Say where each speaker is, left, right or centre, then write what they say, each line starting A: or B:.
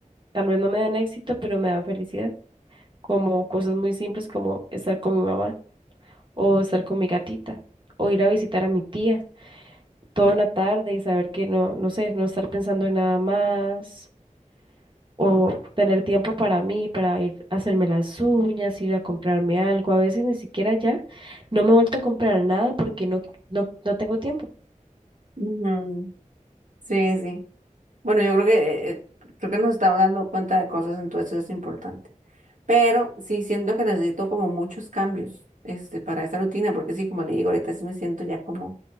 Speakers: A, on the right; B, on the right.
A: tal vez no me dan éxito, pero me dan felicidad, como cosas muy simples como estar con mi mamá o estar con mi gatita o ir a visitar a mi tía toda una tarde y saber que no, no sé, no estar pensando en nada más. o tener tiempo para mí, para ir a hacerme las uñas, ir a comprarme algo. A veces ni siquiera ya no me he vuelto a comprar nada porque no, no, no tengo tiempo.
B: Ujú. Sí, sí. Bueno, yo creo que eh, eh, creo que nos estamos dando cuenta de cosas, entonces eso es importante. Pero sí siento que necesito como muchos cambios este, para esa rutina, porque sí, como le digo, ahorita sí me siento ya como,